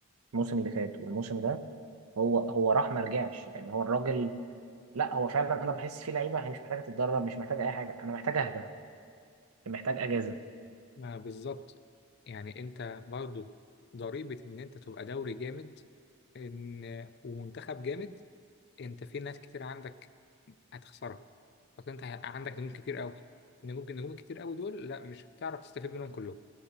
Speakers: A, on the right (about 80°); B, on the left (about 50°).
A: الموسم اللي فات والموسم ده هو هو راح ما رجعش يعني هو الراجل لا هو فعلا انا بحس فيه لعيبه هي مش محتاجه تتدرب مش محتاجه اي حاجه انا محتاج اهدى محتاج اجازه
B: ما بالظبط يعني انت برضو ضريبة ان انت تبقى دوري جامد ان ومنتخب جامد انت في ناس كتير عندك هتخسرها بس انت ه- عندك نجوم كتير قوي نجوم نجوم كتير قوي دول لا مش هتعرف تستفيد منهم كلهم